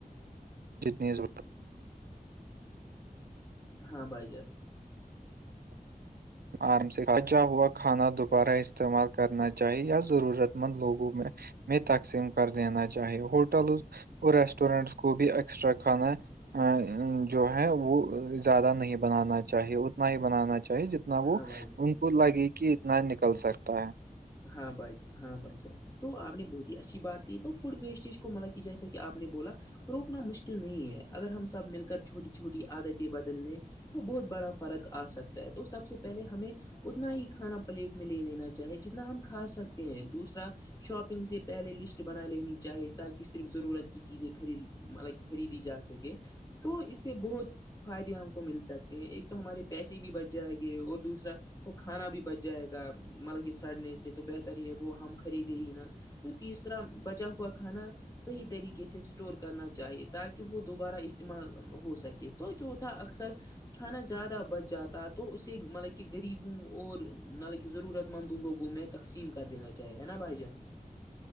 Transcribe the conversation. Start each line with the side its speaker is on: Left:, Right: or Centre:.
Right: نیوز
Left: ہاں بھائی جات
Right: آرام سےچا ہوا کھانا دوبارہ استعمال کرنا چاہیے یا ضرورت مند لوگوں میں میں تقسیم کر دینا چاہی ہوٹل اور ریسٹورینٹس کو بھی ایکسٹرا کھانا ا جو ہے وہ زیادہ نہیں بنانا چاہیے اتنا ہی بنانا چاہیے جتنا اتنا وہ
Left: ہاں بھائی جان
Right: ان کو لگے کہ اتنا نکل سکتا ہے
Left: ہاں بھائی ہاں بھائی تو آپ نے بہت ہی اچھی بات کی تو فوڈ ویسٹیج کو مل کی جیسا کہ آپ نے بولا روکنا مشکل نہیں ہے اگر ہم سب مل کر چھوٹی چھوٹی عادتیں بدلنے تو بہت بڑا فرق آ سکتا ہے تو سب سے پہلے ہمیں اتنا ہی کھانا پلیٹ میں لے لینا چاہے جتنا ہم کھا سکتے ہیں دوسرا شاپنگ سے پہلے لسٹ بنا لینی چاہے تاکہ صرف ضرورت کی چیزیں خرید م خریدی جا سکے تو اس سے بہت فائدے ہم کو مل سکتے ہیں ایک تو ہمارے پیسے بھی بچ جائے گی اور دوسرا وہ کھانا بھی بچ جائے گا مطلب کہ سڑنے سے تو بہتر ہے وہ ہم خریدے ہی نا تو تیسرا بچا ہوا کھانا صحیح طریقے سے اسٹور کرنا چاہیے تاکہ وہ دوبارہ استعمال ہو سکے تو چوتھا اکثر کھانا زیادہ بچ جاتا تو اسے مطلب کہ غریبوں اور ملب کہ ضرورت مند لوگوں میں تقسیم کر دینا چاہے ہے نا بھائی جان